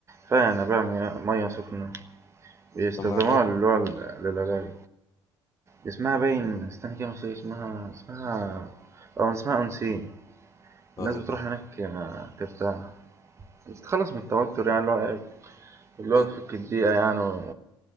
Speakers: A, on the right (about 30°); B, on the left (about 35°).
A: فيها ينابيع مي- مية سخنة بيستخدموها
B: طب ما حاجة
A: اللي هو للعلاج اسمها باين استنى كده نسيت اسمها اسمها اه اسمها اونسين الناس
B: ايوه
A: بتروح هناك آه، ترتاح بتتخلص من التوتر يعني اللي هو إيه، اللي هو
B: أي-
A: تفك الضيقة يعني